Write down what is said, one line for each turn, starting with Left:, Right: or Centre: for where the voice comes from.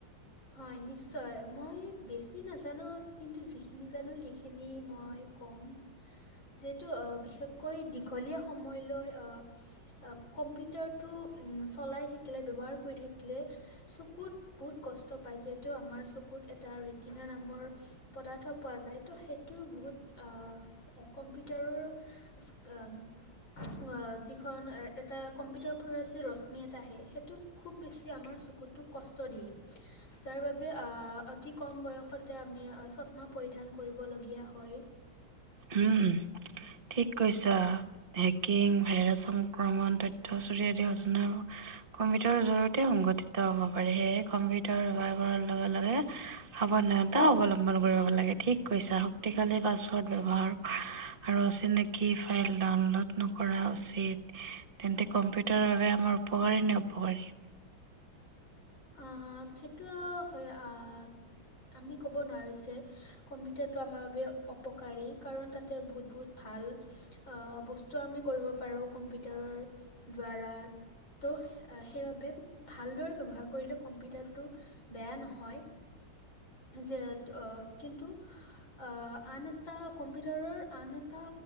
Left: হয় নিচ <inaudible> মই বেছি নাজানো কিন্তু যিখিনি জানো সেইখিনি মই ক'ম। যিহেতু অ' বিশেষকৈ দীঘলীয়া সময়লৈ অ' অ' কম্পিউটাৰটো উম, চলাই থাকিলে, ব্যৱহাৰ কৰি থাকিলে, চকুত বহুত কষ্ট পায় যিহেতু আমাৰ চকুত এটা ৰে'টীনা নামৰ পদাৰ্থ পোৱা যায় ত' সেইটো বহুত অ' কম্পিউটাৰৰ <unintelligible> অ' যিখন এটা কম্পিউটাৰ পৰা যি ৰশ্মি এটা আহে সেইটোক খুব বেছি আমাৰ চকুটোক কষ্ট দিয়ে। যাৰ বাবে অ' অতি কম বয়সতে আমি চশমা পৰিধান কৰিবলগীয়া হয়।
Right: উম, ঠিক কৈছা। হেকিং, ভাইৰাছ সংক্ৰমণ, তথ্য চৰি আদি <unintelligible> কম্পিউটাৰৰ জৰিয়তে সংঘটিত হ'ব পাৰে, সেয়েহে কম্পিউটাৰ ব্যৱহাৰ কৰাৰ লগে লগে সাৱধানতা অৱলম্বন কৰিব লাগে ঠিক কৈছা শক্তিশালী পাছৱৰ্ড ব্যৱহাৰ আৰু অচিনাকি ফাইল ডাউনলোড নকৰা উচিত। তেন্তে কম্পিউটাৰৰ বাবে আমাৰ উপকাৰী নে অপকাৰী?
Left: অ' সেইটো হয় অ, আমি ক'ব নোৱাৰোঁ যে। কম্পিউটাৰটো আমাৰ বাবে অপকাৰী কাৰণ তাতে বহুত, বহুত ভাল বস্তু আমি কৰিব পাৰোঁ কম্পিউটাৰৰ দ্বাৰা। ত' সেইবাবে ভালদৰে ব্যৱহাৰ কৰিলে কম্পিউটাৰটো বেয়া নহয় যে <unintelligible> যে কিন্তু আহ আন এটা কম্পিউটাৰৰ আন এটা